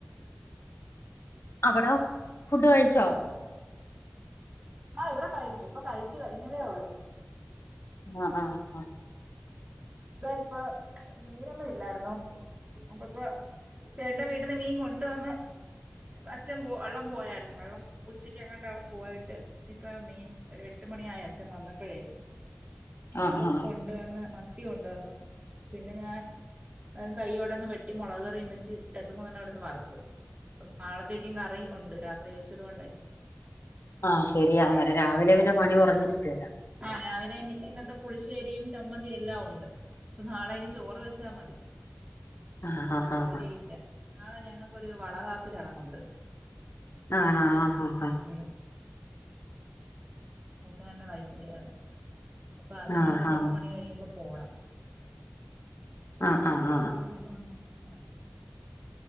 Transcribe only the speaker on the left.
അവിട ഫുഡ് കഴിച്ചോ?
ആ ആഹ ഹ.
ആഹ്
ആഹ്
ആഹ് ശരിയാ അന്നേരം രാവിലെ പിന്നെ പണി കുറഞ്ഞിരിക്കുവല്ലോ
ആഹ് ഹാ ഹാ
ഹാ
ആണോ ആഹ് ആഹ് ആഹ്
ഹാ ആഹ്
ഹാ
ആഹ് ആഹ്
ആഹ്